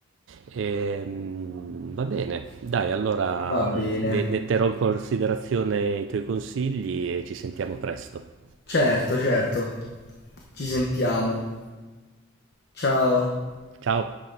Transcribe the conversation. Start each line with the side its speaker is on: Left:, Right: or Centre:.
Right: Ehm, va bene, dai, allora
Left: va bene.
Right: ne ne terrò in considerazione i tuoi consigli e ci sentiamo presto.
Left: Certo, certo. Ci sentiamo. Ciao.
Right: Ciao!